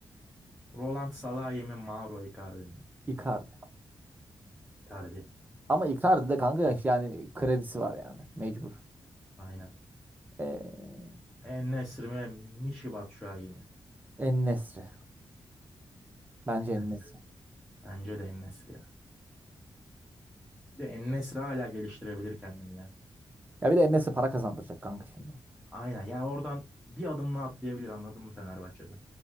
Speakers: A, in the centre; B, on the right.
A: Roland Salahi mi Mauro Icardi mi?
B: Icardi.
A: Icardi.
B: Ama Icardi de kanka yaş yani kredisi var yani. Mecbur.
A: Aynen.
B: Ee,
A: En-Nesyri mi Michy Batshuayi mi?
B: En-Nesyri. Bence En-Nesyri.
A: Bence, bence de En-Nesyri ya. Bir de En-Nesyri hala geliştirebilir kendini ya.
B: Ya bir de En-Nesyri para kazandıracak kanka şimdi.
A: Aynen. Yani oradan bir adımla atlayabilir anladın mı Fenerbahçe'de?